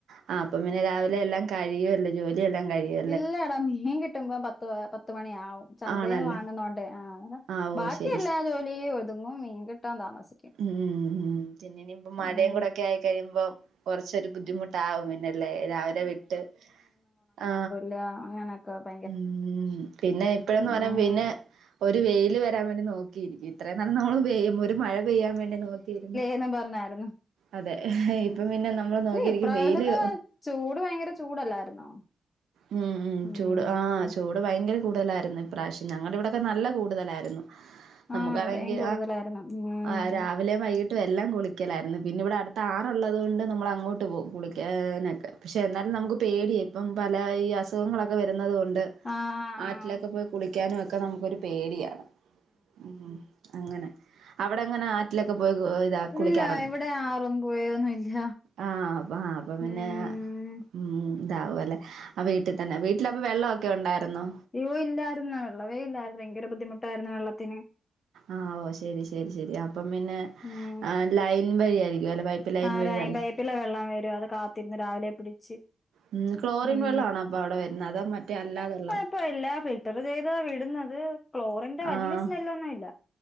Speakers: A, on the right; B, on the left.
A: ആ അപ്പൊ പിന്നെ രാവിലെ എല്ലാം കഴിയുവല്ലോ ജോലി ലിയെല്ലാകഴിയും
B: ഇല്ലട മീൻകിട്ടമ്പോ പത് ആ പത്ത് മണിയാവും ചന്തേന്ന്
A: ആണല്ലേ
B: വാങ്ങുന്നോണ്ട് ആ
A: ആഹ് ഓഹ്
B: ബാക്കി
A: ശരി
B: എല്ലാ
A: ശരി
B: ജോലിയുത് ന്ന് മീൻകിട്ടാതാമസ
A: ഉം ഉം പിന്നെ ഇനി ഇപ്പ മഴയും
B: ഉം
A: കൂടെക്കെ ആയിക്കഴിയുമ്പോ കൊറച്ചൊരു ബുദ്ധിമുട്ട് ട്ടാവും പിന്നല്ലേ രാവിലെ വിട്ട് ആ
B: രാ അങ്ങനെക്കെ പ
A: ഉം പിന്നെ ഇപ്പഴന്ന്
B: ഉം
A: പറയാ പിന്നെ ഒരു വെയില് വരാ വേണ്ടി നോക്കിയിരിക്കു. ത്രയും നാള് നമ്മള് പെ ഒരു മഴ പെയ്യാ വേണ്ടി നോക്കിര്ന്ന്
B: ഞ പറഞ്ഞായ്രുന്നു.
A: അതെ ഇപ്പൊ പിന്നെ നമ്മള് നോക്കിരിക്കും
B: ഇപ്രാവശ്യത്തെ
A: വെയില്
B: ചൂട് ഭയങ്കര ചൂടല്ലായിരുന്നോ
A: ഉം ഉം
B: ഉം
A: ചൂട് ആ ചൂ ഇവടെ ഭയങ്കര കൂടലായിരുന്നു ഇപ്രാവശ്യം ഞങ്ങളുടെ ഇവിടെക്കെ നല്ല കൂടുതലായിരുന്നു. നമുക്കാണെങ്കി
B: ആഹ് ഇവിടെയും കൂടുതലായിരുന്നു ഉം
A: ആ രാവിലേം വൈകിട്ടും എല്ലാം കുളിക്കലായ്രുന്നു. പിന്നെ ഇവിടെ അടുത്ത് ആറുള്ളത് കൊണ്ട് നമ്മൾ അങ്ങോട്ട് പോവും കുളിക്കാനൊക്കെ പക്ഷേ എന്നാലും നമുക്ക് പേടിയായി പ്പം പല ഈ അസുഖങ്ങളൊക്കെ വരുന്നുന്നത് കൊണ്ട്
B: ആഹ് ആഹ്
A: ആറ്റിലൊക്കെ പോയി കുളിക്കാനും ഒക്കെ നമുക്കൊരു പേടിയാ. ഉം അങ്ങനെ അവ്ടങ്ങനെ ആറ്റിലൊക്കെ പോയ് കു ഇതാ
B: ഇല്ല
A: കുളിക്കാറുണ്ടോ?
B: ഇവിടെ ആറും പുഴയൊന്നും ഇല്ല
A: ആ ബാ അപ്പൊ പിന്നെ
B: ഉം
A: ഉം താവും അല്ലേ ആ വീട്ടിൽ തന്നെ വീട്ടില അപ്പൊ വെള്ളവോക്കെ ഒണ്ടായിര്ന്നോ?
B: യ്യോ ഇല്ലാര്ന്ന് വെള്ളവെ ഇല്ലായിരുന്നു ഭയങ്കര ബുദ്ധിമുട്ടായിരുന്നു വെള്ളത്തിന്.
A: ആ ഓ ശരി ശരി ശരി അപ്പം പിന്നെ
B: ആഹ്
A: ലൈൻ വഴിയായിരിക്കും അല്ലെ പൈപ്പ്
B: ആ
A: വഴി
B: ലൈൻ
A: വെള്ളം
B: പൈപ്പിലെ വെള്ളം വരും അത് കാത്തിരുന്ന് രാവിലെ പിടിച്ച്
A: ഉം ക്ലോറിൻ
B: ഉം
A: വെള്ളണോ അപ്പൊ അവ്ടെ വരുന്നെ അതോ മറ്റേ അല്ലാതെ വെള്ളോ
B: പ്പ ഇല്ല ഫിൽറ്റർ ചെയ്ത വിടുന്നത് ക്ലോറിന്റെ വല്ല്യ
A: ആഹ്
B: സ്മെല്ലൊന്നും ഇല്ല.